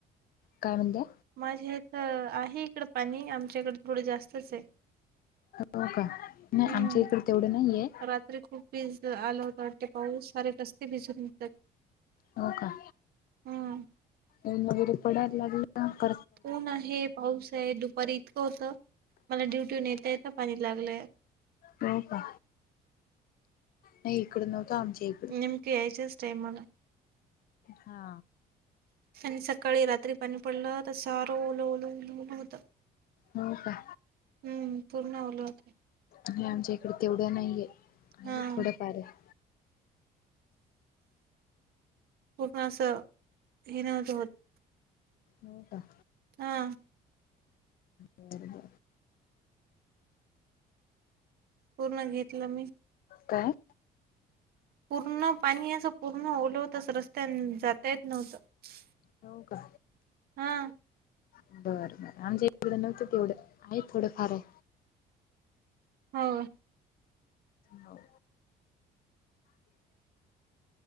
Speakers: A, on the left; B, on the right.
A: काय म्हणताय
B: माझ्या इथ आहे इकड पाणी आमच्या इकड थोड जास्तच आहे
A: हो का नाही
B: हम्म
A: आमच्या इकडे तेवढं नाहीये
B: रात्री खूप तेज आलं होता वाटते पाऊस सारे रस्ते भिजून
A: हो का
B: हम्म
A: ऊन वगैरे पडायला लागलंत
B: ऊन आहे पाऊस आहे दुपारी इतकं होतं मला ड्युटीवर येता येता पाणी लागलंय
A: हो का नाही इकड नव्हतं आमच्या इक
B: नेमक यायच्याच टाईमाला
A: हा
B: आणि सकाळी रात्री पाणी पडलं तसं सार ओल ओल होत
A: हो का
B: हम्म पूर्ण ओले होते
A: आणि आमच्या इकडे तेवढं नाहीये आहे
B: हा
A: थोड फार आहे
B: पूर्ण असं हे नव्हतं होत
A: हो का
B: हा
A: बर बर
B: पूर्ण घेतलं मी
A: काय
B: पूर्ण पाणी असं पूर्ण ओल होत अस रस्त्याने जाता येत नव्हतं
A: हो का
B: हा
A: बरं बरं आमच्या इकड नव्हतं तेवढं आहे थोडं फार आहे
B: हो
A: होव